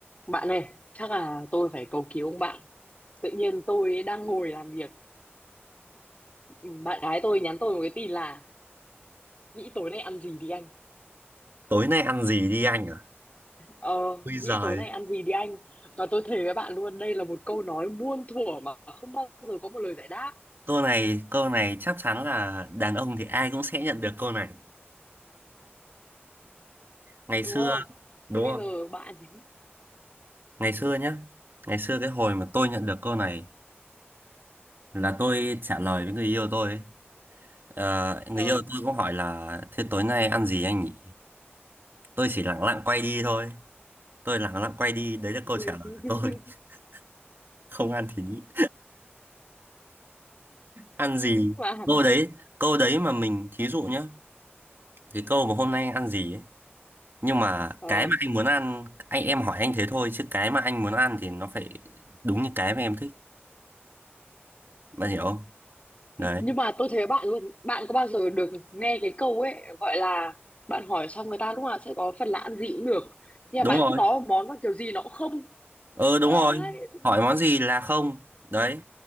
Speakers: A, on the left; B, on the right.
A: Bạn ơi, chắc là tôi phải cầu cứu ông bạn. Tự nhiên tôi đang ngồi làm việc, ừ, bạn gái tôi nhắn tôi một cái tin là nghĩ tối nay ăn gì đi anh.
B: Tối nay ăn gì đi anh à?
A: Ờ,
B: Bây
A: nghĩ
B: giờ
A: tối nay ăn gì đi anh. Và tôi thề với bạn luôn, đây là một câu nói muôn thuở mà không bao giờ có một lời giải đáp,
B: câu này câu này chắc chắn là đàn ông thì ai cũng sẽ nhận được câu này. Ngày
A: đúng
B: xưa
A: không?
B: đúng
A: Thế bây
B: không?
A: giờ bạn
B: Ngày xưa nhá. Ngày xưa cái hồi mà tôi nhận được câu này là tôi trả lời với người yêu tôi ấy. Ờ, người
A: ờ
B: yêu tôi cũng hỏi là thế tối nay ăn gì anh nhỉ? Tôi chỉ lẳng lặng quay đi thôi. Tôi lẳng lặng quay đi, đấy là
A: <laughs>
B: câu trả lời của tôi. <laughs> Không ăn thì nhịn. Ăn gì?
A: mà
B: Câu đấy, câu đấy mà mình thí dụ nhá. Cái câu mà hôm nay ăn gì ấy nhưng mà
A: ờ
B: cái mà anh muốn ăn anh em hỏi anh thế thôi chứ cái mà anh muốn ăn thì nó phải đúng như cái mà em thích bạn hiểu không đấy
A: nhưng mà tôi thấy bạn luôn, bạn có bao giờ được nghe cái câu ấy gọi là bạn hỏi xong người ta lúc nào sẽ có phần là ăn gì cũng được. Nhưng
B: đúng
A: mà bạn
B: rồi
A: cứ nói một món là kiểu gì nó cũng không
B: ừ đúng
A: đấy
B: rồi hỏi món gì là không đấy